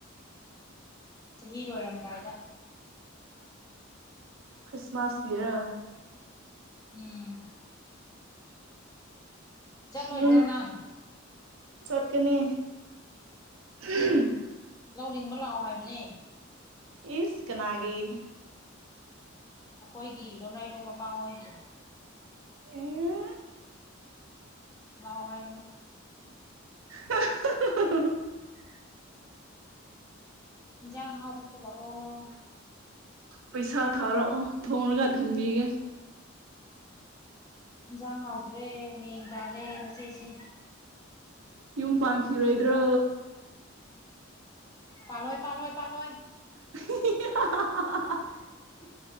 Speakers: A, on the left; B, on the right.
A: ꯆꯍꯤ ꯂꯣꯏꯔꯝꯗꯥꯏꯗ
B: ꯈ꯭ꯔꯤꯁꯃꯥꯁ ꯏꯔꯣ
A: ꯎꯝ ꯆꯠꯂꯣꯏꯗ꯭ꯔꯣ
B: ꯌ
A: ꯅꯪ
B: ꯆꯠꯀꯅꯤ ꯝ
A: ꯂꯧꯅꯤꯡꯕ ꯂꯥꯛꯑꯣ ꯍꯥꯏꯕꯅꯦ
B: ꯏꯁ ꯀꯅꯥꯒꯤ
A: ꯑꯩꯈꯣꯏꯒꯤꯗꯣꯅ ꯏꯂꯣꯡ ꯃꯄ ꯑꯣꯏꯣꯏꯒꯦ
B: ꯎꯝ
A: ꯂꯥꯛ ꯋꯥꯉꯥꯏꯕꯅꯤ
B: <unintelligible>
A: ꯌꯥꯥꯡ ꯍꯥꯎ ꯄꯤ ꯂ ꯑꯣ
B: ꯄꯩꯁꯥ ꯊꯥꯔꯛꯑꯣ ꯊꯣꯡꯔꯒ ꯊꯤꯟꯕꯤꯒꯦ
A: ꯏꯟꯁꯥꯡ ꯍꯥꯎꯇ꯭ꯔꯦ ꯃꯌꯦꯡ ꯇꯥꯔꯦ ꯅꯆꯦꯁꯦ
B: ꯌꯨꯝ ꯄꯥꯟꯈꯤꯔꯣꯏꯗ꯭ꯔꯥ
A: ꯄꯜꯂꯣꯏ ꯄꯜꯣꯏ ꯄꯥꯣꯏ
B: <unintelligible>
A: ꯎ